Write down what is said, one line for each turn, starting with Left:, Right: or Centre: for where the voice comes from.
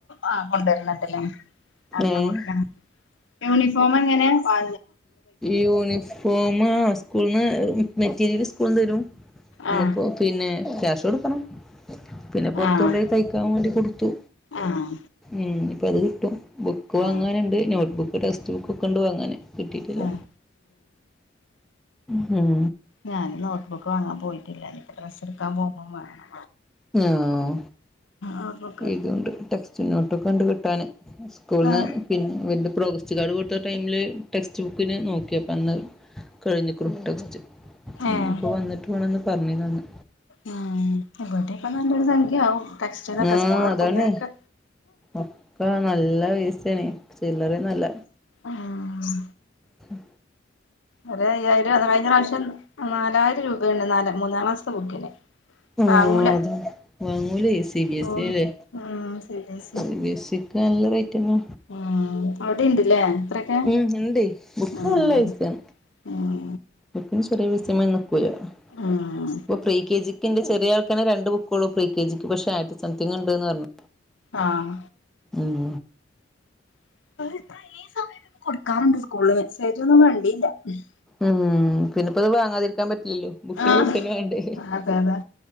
Left: ആ കൊണ്ടുവരണതെല്ല വാട്ടർ
Centre: ഏഹ്
Left: ബോട്ടിൽ യൂണിഫോം എങ്ങനെ വാ
Centre: യൂണിഫോമ് സ്കൂൾന്ന് മെറ്റീരിയൽ സ്കൂളിന്ന് തരും
Left: ആഹ്
Centre: മുപ്പോ പിന്നെ ക്യാഷ് കൊടുക്കണം പിന്നെ പുറത്തുണ്ട
Left: ആഹ്
Centre: തയ്ക്കാൻ വേണ്ടി കൊടു തു
Left: ആഹ്
Centre: ഉം ഇപ്പം അത് കിട്ടും ബുക്ക് വാങ്ങാനുണ്ട്
Left: ആഹ്
Centre: നോട്ട്ബുക്ക് ഒരു ടെക്സ്റ്റ് ബുക്കെ ഉണ്ട് അങ്ങനെ കിട്ടീട്ടില്ല
Left: ആഹ്
Centre: ഹും
Left: ഞാൻ നോട്ട് ബുക്ക് വാങ്ങാൻ പോയിട്ടില്ല എനിപ്പ ഡ്രസ്സ് എടുക്കാൻ പോകുമ്പോം വേണം
Centre: ഞാവു
Left: നോട്ട്ബുക്ക്
Centre: ഇതൊണ്ട് <unintelligible> ചുന്നോട്ടുക്ക്‌ണ്ട് കിട്ടാാന് സ്കൂൾന്ന്
Left: ആഹ്
Centre: പിൻ <unintelligible> പ്രോഗസ് ച്കാട് കൊടുത്ത ടൈമില് ടെക്സ്റ്റ് ബുക്കിന് നോക്കിയപ്പം അന്ന് കഴിഞ്ഞിക്കുണ് ടെക്സ്റ്റ്
Left: ഏഹ്
Centre: ഇഞ്ഞിപ്പ വന്നിട്ട് വേണംന്ന് പർണീന്നന്ന്
Left: ഉം ബർടേക്കന്ന് നല്ലൊരു സംഖ്യ ആവും ടെക്സ്റ്റൈലൊക്കെ
Centre: ആ
Left: സ്കൂൾ തുറക്കുമ്പോഴേക്ക്
Centre: അതാണ് ഒക്ക നല്ല പൈസേണ് ചില്ലറയൊന്നുഅല്ല
Left: ആഹ്
Centre: ഉം
Left: ഒര അയ്യായിരം കഴിഞ്ഞ റാശ്യം നാലായിരം രൂപയുണ്ട് നാല മൂന്നാം ക്ലാസ്ത്തെ ബുക്കിന്.
Centre: ആ
Left: വാങ്ങൂല
Centre: അതെ വാങ്ങൂലേ സി ബിഎസില്ലേ
Left: സ്കൂള് ഉം C B S E
Centre: C BS സി ക്ക് നല്ല റൈറ്റന്ന
Left: ഉം അവിടെ ഇണ്ട്ല്ലേ ഇത്രയൊക്കെ
Centre: ഉ ഇൻഡ് ബുക്ക്
Left: ഉം
Centre: നല്ല <unintelligible>
Left: ഉം
Centre: എത്ര ചെറിയ <unintelligible> <unintelligible>
Left: ഉം
Centre: പ്പം ഫ്രീ കെ ജി ക്കിന്റെ ചെറിയ ആൾക്കന്നെ രണ്ട് ബുക്കൊള്ളൂ ഫ്രീ കെ ജിക്ക് പക്ഷെ ആയിര്ത്തി സംതിങ്ങ്ണ്ട്ന്ന് പർഞ്ഞു
Left: ആഹ്
Centre: ഉം
Left: <unintelligible> സമയത്ത്ക്ക്‌ കൊടു <unintelligible> <unintelligible>
Centre: ഉം പിന്നെപ്പത് വാങ്ങാതിരിക്കാൻ പറ്റ് യ്യോ ബുക്കന്
Left: ആഹ്
Centre: ബുക്കന്നെ വേണ്ടേ
Left: അതെ അതെ